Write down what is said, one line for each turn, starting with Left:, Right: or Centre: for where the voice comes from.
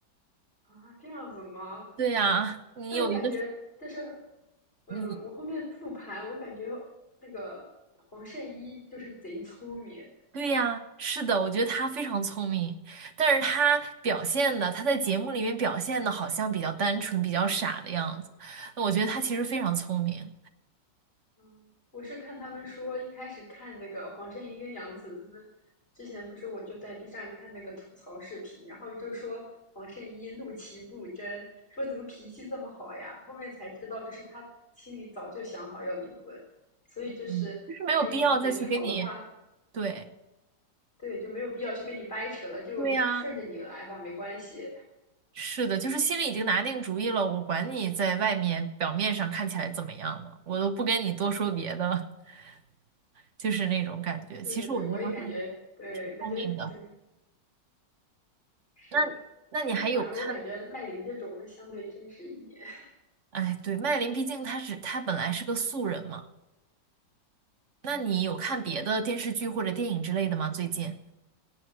Left: 啊，这样子吗？
Right: 对呀，你有一个
Left: 但我感觉，但是，嗯，
Right: 你。
Left: 我后面复盘，我感觉那个黄圣依就是贼聪明。
Right: 对呀，是的，我觉得他非常聪明，但是他表现的，他在节目里面表现的好像比较单纯、比较傻的样子，那我觉得他其实非常聪明，
Left: 嗯，我是看他们说，一开始看那个黄圣依跟杨紫他们之前不是，我就在 B 站看那个吐槽视频，然后就说黄圣依怒其不争，说怎么脾气这么好呀？后面才知道，就是他心里早就想好要离婚，所以就是他已经决定好的话，
Right: 嗯，就是没有必要再去给你，对，
Left: 对，就没有必要去跟你掰扯了，就顺着你来吧，
Right: 对呀，
Left: 没关系。
Right: 是的，就是心里已经拿定主意了，我管你在外面表面上看起来怎么样呢，我都不跟你多说别的，<laughs> 就是那种感觉。
Left: 对对对，
Right: 其实我觉得黄圣依
Left: 我也感觉，对，
Right: 挺聪明的。
Left: 感觉对，是的。
Right: 那那你还有看？
Left: 其实反而我感觉麦琳这种会相对真实一点。
Right: 哎，对，麦琳，毕竟她是她本来是个素人嘛。那你有看别的电视剧或者电影之类的吗？
Left: 嗯
Right: 最近？